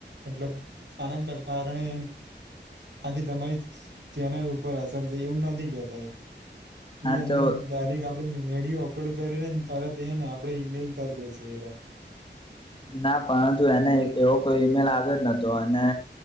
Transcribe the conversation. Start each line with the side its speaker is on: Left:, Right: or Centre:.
Right: મતલબ આના કારણે આથી તમારી ચેનલ ઉપર અસર થઈ એવું નહી <unintelligible> આપ વિડીયો
Left: હા તો
Right: અપલોડ કરીને ને તરત ને આપડે ઈમેલ કરી દે છે એરે
Left: ના પરંતુ એને એવો કોઈ ઈમેલ આવ્યો નતો અને